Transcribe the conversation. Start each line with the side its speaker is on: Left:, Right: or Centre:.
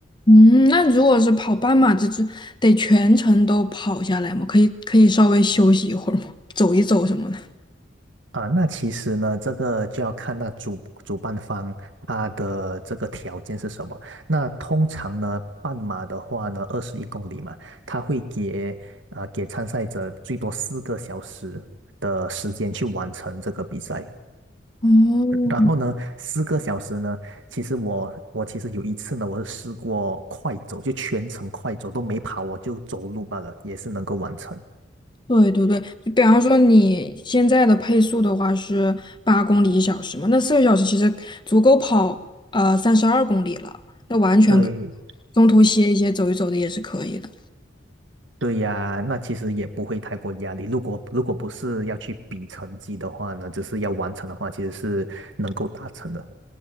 Left: 嗯，那如果是跑半马，这这得全程都跑下来吗？可以可以稍微休息一会儿吗？走一走什么的。
Right: 啊，那其实呢，这个就要看那个主主办方他的这个条件是什么。那通常呢，半马的话呢，二十一公里嘛，他会给啊、呃给参赛者最多四个小时的时间去完成这个比赛。
Left: 哦，
Right: 然后呢，四个小时呢，其实我我其实有一次呢，我是试过快走，就全程快走都没跑，我就走路罢了，也是能够完成。
Left: 对对对，就比方说你现在的配速的话是八公里一小时嘛，那四个小时其实足够跑呃三十二公里了，那完全可以
Right: 对，
Left: 中途歇一歇、走一走的也是可以的。
Right: 对呀，那其实也不会太过压力。如果如果不是要去比成绩的话呢，只是要完成的话，其实是能够达成的。